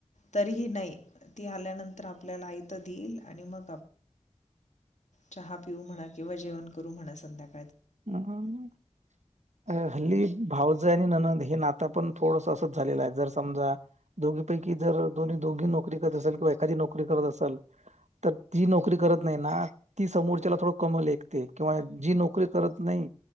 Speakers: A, on the left; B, on the right.
A: तरीही नाही ती आल्यानंतर आपल्याला आयत देईल आणि मग चहा पिऊ म्हणा किंवा जेवण करू म्हणा संध्याकाळी
B: हम अ हल्ली भावज आणि ननंद हे नातं पण थोडस असंच झाले आहे जर समजा दोघीपैकी जर दोन्ही-दोही दोघी नोकरी करत असल किंवा एखादी नोकरी करत असल तर ती नोकरी करत नाही ना ती समोरच्याला थोडं कम लेकते. किंवा जी नोकरी करत नाही